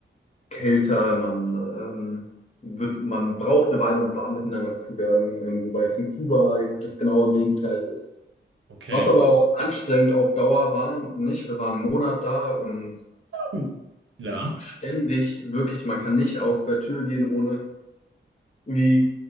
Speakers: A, on the left; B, on the right.
A: kälter. Man, ähm, wird, man braucht eine Weile, um warm miteinander zu werden, ähm, wobei es in Kuba das genaue Gegenteil ist.
B: Okay.
A: Was aber auch anstrengend auf Dauer war, nicht? Wir waren einen Monat da und
B: Hm. Ja.
A: ständig, wirklich, man kann nicht aus der Tür gehen, ohne irgendwie,